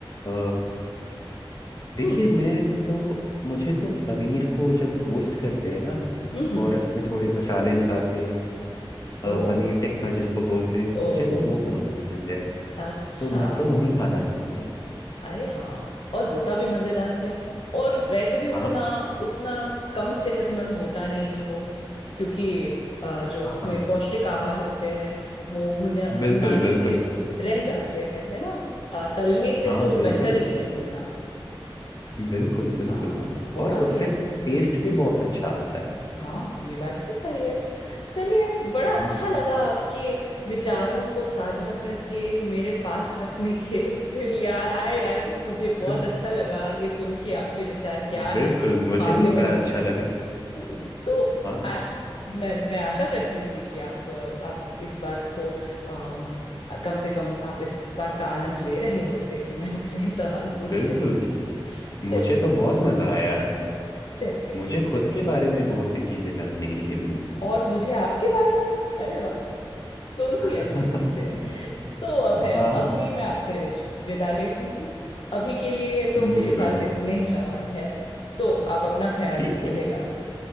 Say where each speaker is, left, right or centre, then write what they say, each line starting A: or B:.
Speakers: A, on the left; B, on the left.
A: अ, देखिए
B: हम्म
A: मैं तो मुझे तो पनीर को जब रोस्ट करते हैं ना
B: हम्म
A: और उसमें थोड़े मसाले लगाते हैं अ,
B: ओ
A: पनीर टिक्का जिसको बोलते हैं
B: ओ
A: मुझे तो वो बहुत पसंद है
B: अच्छा
A: तो मैं तो वही भाई खाना क्या चाहूंगा
B: अरे हाँ और होता भी मजेदार है और वैसे भी उतना
A: हाँ
B: उतना कम सेहतमंद होता नहीं है वो क्योंकि अ, जो
A: हाँ
B: उसमें पौष्टिक आहार होते हैं वो भुना भुनाने
A: बिल्कुल बिल्कुल
B: से रह जाते हैं है ना अ, तलने से
A: हाँ
B: तो
A: बिल्कुल
B: बेहतर ही है भुनना
A: बिल्कुल बिल्कुल
B: हाँ बहुत
A: और उससे
B: ही अच्छा
A: टेस्ट भी बहुत अच्छा आता है
B: हाँ ये बात भी सही है चलिए बड़ा
A: हम्म,
B: अच्छा लगा आपके विचारों को साझा करके मेरे पास रखने के <laughs> लिए आए आए मुझे बहुत
A: बिल-
B: अच्छा लगा ये सुन के आपके विचार क्या है
A: बिल्कुल
B: खाने
A: मुझे भी
B: और
A: बड़ा अच्छा
B: मौत
A: लगा
B: हम्म, तो
A: हाँ
B: आ, मैं मैं आशा करती थी कि आप अ, आप इस बात को अम, कम से कम आप इस बात का आनंद ले रहे होते कि मैं आपसे ये सवाल पूछ
A: बिल्कुल
B: रही थी चलिए
A: मुझे तो बहुत मजा आया
B: चलिए
A: मुझे खुद
B: फिर
A: के बारे में बहुत सी चीजें जानने के लिए मिली
B: और मुझे आपके बारे में अरे वाह दोनों
A: <laughs>
B: ही अच्छी चीजें हैं। तो अब है
A: हाँ
B: अभी मैं आपसे विदा लेती हूँ अभी के लिए तो मेरे
A: बिल्कुल
B: पास इतने ही सवाल है तो आप अपना ख्याल
A: ठीक
B: रखिएगा
A: है